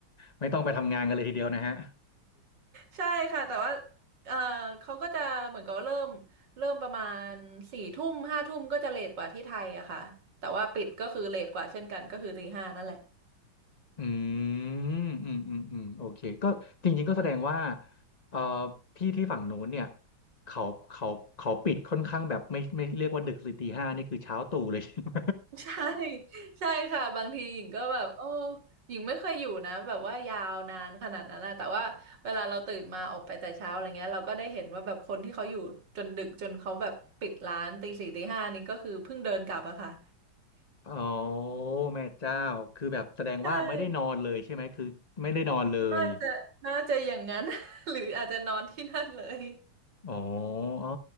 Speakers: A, on the left (about 35°); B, on the right (about 65°).
A: ไม่ต้องไปทำงานกันเลยทีเดียวนะฮะ
B: ใช่ค่ะแต่ว่าเออเขาก็จะเหมือนกับเริ่มเริ่มประมาณสี่ทุ่มห้าทุ่มก็จะเลทกว่าที่ไทยอะค่ะแต่ว่าปิดก็คือเลทกว่าเช่นกันก็คือตีห้านั่นแหละ
A: อืมอืมอืมอืมโอเคก็จริงๆก็แสดงว่าเอ่อที่ที่ฝั่งโน้นเนี่ยเขาเขาเขาปิดค่อนข้างแบบไม่ไม่เรียกว่าดึกสิตีห้านี่คือเช้า <laughs> ตรู่เลยใช่ไหม
B: <laughs> ใช่ใช่ค่ะบางทีหญิงก็แบบโอ้หญิงไม่เคยอยู่นะแบบว่ายาวนานขนาดนั้นนะแต่ว่าเวลาเราตื่นมาออกไปแต่เช้าอะไรเงี้ยเราก็ได้เห็นว่าแบบคนที่เขาอยู่จนดึกจนเขาแบบปิดร้านตีสี่ตีห้านี่ก็คือเพิ่งเดินกลับอะค่ะ
A: <laughs> อ๋อแม่เจ้าคือแบบแสดงว่าไม่ได้นอนเลยใช่ไหม
B: ใช่
A: คือไม่ได้นอนเลย
B: น่าจะน่าจะอย่างนั้น <laughs> หรืออาจจะนอนที่นั่นเลย
A: อ๋ออ๋อ